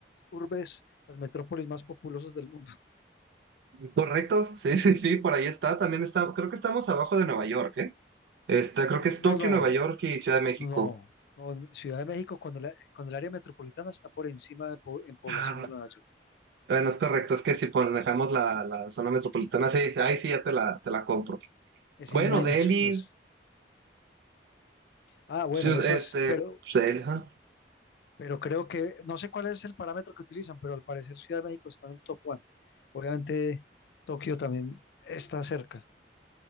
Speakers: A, on the left; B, on the right.
A: urbes, las metrópolis más populosas del mundo.
B: correcto. Sí, sí, sí, por ahí está. También está, creo que estamos abajo de Nueva York, ¿eh? Está, creo que es
A: No,
B: Tokio,
A: no,
B: Nueva York y Ciudad de México.
A: no, no. Ciudad de México con el, con el área metropolitana está por encima de po- en población
B: Ah,
A: de Nueva York.
B: Bueno, es correcto, es que si manejamos la, la zona metropolitana, sí, sí, ahí sí ya te la, te la compro.
A: Es
B: Bueno,
A: inmenso,
B: Delhi,
A: pues. Ah, bueno,
B: ciu-
A: esas,
B: este,
A: pero,
B: pues, Delhi, ajá.
A: pero creo que, no sé cuál es el parámetro que utilizan, pero al parecer Ciudad de México está en el top one. Obviamente Tokio también está cerca.